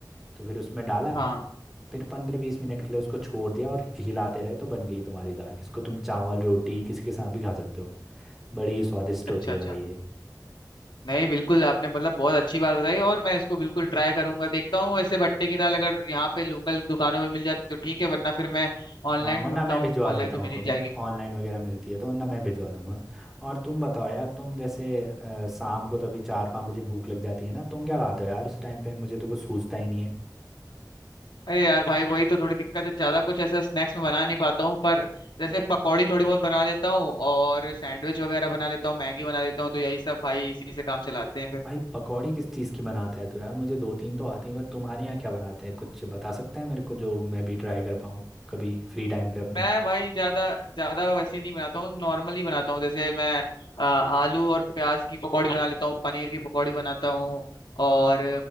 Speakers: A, in the centre; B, on the left (about 85°).
A: तो फिर उसमें डाला
B: हाँ
A: फिर पंद्रह बीस मिनट के लिए उसको छोड़ दिया और हिलाते रहे तो बन गई तुम्हारी दाल इसको तुम चावल रोटी किसी के साथ भी खा सकते हो बड़ी स्वादिष्ट
B: अच्छा
A: होती है
B: अच्छा
A: भाई ये
B: नहीं बिल्कुल आपने मतलब बहुत अच्छी बात बताई और मैं इसको बिल्कुल ट्राई करूंगा देखता हूँ वैसे भट्टे की दाल अगर यहाँ पे लोकल दुकानों में मिल जाती तो ठीक है वरना फिर मैं
A: हाँ
B: ऑनलाइन
A: वरना
B: ढूंढता
A: मैं
B: हूँ
A: भिजवा
B: ऑनलाइन
A: देता
B: तो
A: हूँ
B: मिल
A: तुम्हें
B: ही जाएगी
A: ऑनलाइन वगैरह मिलती है तो वरना मैं भिजवा दूंगा और तुम बताओ यार तुम जैसे अ, शाम को तो अभी चार पाँच बजे भूख लग जाती है ना तुम क्या खाते हो यार उस टाइम पे मुझे तो कुछ सूझता ही नहीं है
B: अरे यार भाई वही तो थोड़ी दिक्कत है ज्यादा कुछ ऐसा स्नैक्स में बना नहीं पाता हूँ पर जैसे पकौड़ी थोड़ी बहुत बना लेता हूँ और सैंडविच वगैरह बना लेता हूँ मैगी बना लेता हूँ तो यही सब भाई इसी से काम चलाते हैं फिर
A: भाई पकौड़ी किस चीज़ की बनाता है तो यार मुझे दो तीन तो आती है पर तुम्हारे यहाँ क्या बनाते हैं कुछ बता सकता है मेरे को जो मैं भी ट्राई कर पाऊँ कभी फ्री टाइम पे अपने
B: मैं भाई ज्यादा ज्यादा वैसे नहीं बनाता हूँ नॉर्मली बनाता हूँ जैसे मैं अ, आलू और प्याज की पकौड़ी बना लेता हूँ पनीर की पकौड़ी बनाता हूँ और